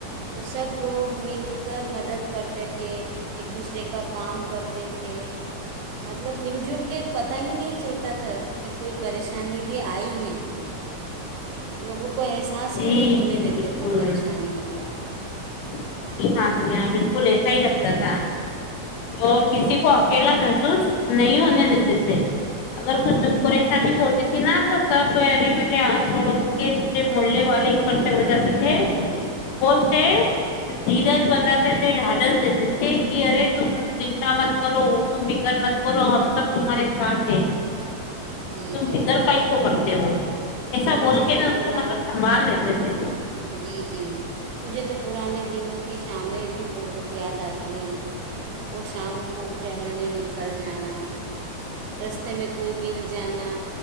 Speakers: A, on the right (about 85°); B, on the left (about 90°).
A: تو سب لوگ مل کر مدد کرتے تھے ایک دوسرے کا کام کرتے تھے مطلب مل جل کے پتہ ہی نہیں چلتا تھا کہ کوئی پریشانی پشانی بھی آئی ہیں لوگو کو احساس
B: جی
A: ہی نہیں ہونے
B: جی
A: دیتے
B: بالکل
A: تھے پریشانیوں کا
B: ج ہاں جی ہاں بالکل ایسا ہی لگتا تھا اور کسی کو اکیلا محسوس نہیں ہونے دیتے تھے اگر کچھ دکھ پریشانی بھی ہوتی تھی نا تو سب میرے میرے آس پڑوس کے پورے محے والے اکٹھے ہو جاتے تھے اور اسے درج بناتے تھ ڈھالس دیتے تھ کہ ارے ت چنتا مت کرو ت بکگر مت کر اور ہم سب تمہارے ساتھ جیھ
A: جی
B: تم
A: جی
B: فکر پائپ کو کرتے ہو ایسا
A: مجھے
B: بول کے
A: تو
B: نا
A: پران
B: اس کو مطلب سنبھال لیتے تھے
A: جی جی مجھے تو پرانے دنوں کی شامیں بھی بہت یاد آتی ہیں وہ شام کو ٹہلنے نکل جانا رستے میں کوئی مل جانا